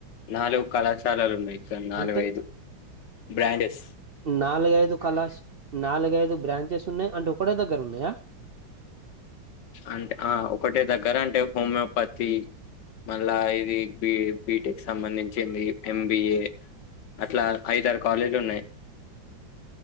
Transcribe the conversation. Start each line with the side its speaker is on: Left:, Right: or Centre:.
Left: నాలుగు కళాశాలలు ఉన్నాయి ఇక్కడ నాలుగుఐదు
Right: అంటే
Left: బ్రాంచెస్
Right: నాలుగైదు కళా నాలుగైదు బ్రాంచెస్ ఉన్నాయి అంటే ఒకడే దగ్గర ఉన్నాయా
Left: అంటే ఆ ఒకటే దగ్గర అంటే హోమియోపతి మళ్ళా ఇది బి బిటెక్ సంబంధించింది ఎంబిఏ అట్లా ఐదారు కాలేజీలు ఉన్నాయి